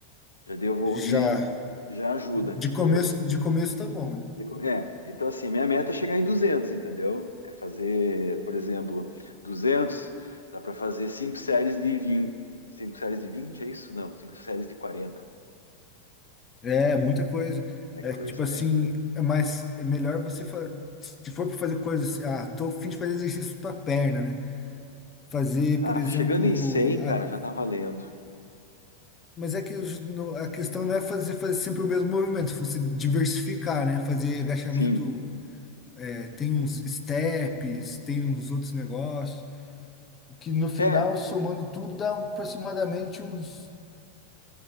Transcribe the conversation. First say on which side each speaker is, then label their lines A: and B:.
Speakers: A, on the left (about 75°); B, on the left (about 25°).
A: já devo
B: Já.
A: e já ajuda.
B: De começo,
A: É, Eu,
B: de começo tá bom.
A: De co- É, então assim, a minha meta é chegar em 200, entendeu? É fazer, por exemplo, duzentos dá para fazer cinco séries de 20, cinco séries de 20 é isso? Não, cinco séries de quarenta
B: É, muita coisa.
A: É
B: É
A: coisa,
B: tipo assim,
A: é.
B: é mais é melhor você fa- se for para fazer coisas, ah, tô a fim de fazer exercício para perna, né? Fazer,
A: Ah,
B: por exemplo,
A: chegando em cem
B: a-
A: cara, já tá valendo.
B: mas é que os- no- a questão não é fazer fazer sempre o mesmo movimento, se você diversificar, né? Fazer agachamento,
A: Sim.
B: é, tem uns steps, tem uns outros negócios. que no final,
A: É,
B: somando tudo, dá aproximadamente uns,